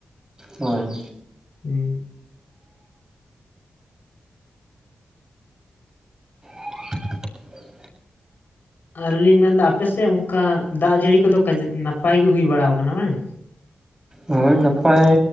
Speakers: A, on the right; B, on the left.
A: ᱦᱳᱭ
B: ᱦᱩᱸ
A: <unintelligible>
B: ᱟᱹᱞᱤ ᱞᱤᱧ ᱢᱮᱱᱫᱟ ᱟᱯᱮ ᱥᱮᱫ ᱚᱱᱠᱟ ᱫᱟᱜ ᱡᱟᱹᱲᱤ ᱠᱚᱫᱚ ᱱᱟᱯᱟᱭ ᱜᱮ ᱦᱩᱭ ᱵᱟᱲᱟᱣ ᱟᱠᱟᱱᱟ ᱵᱟᱝ
A: ᱦᱳᱭ ᱱᱟᱯᱟᱭ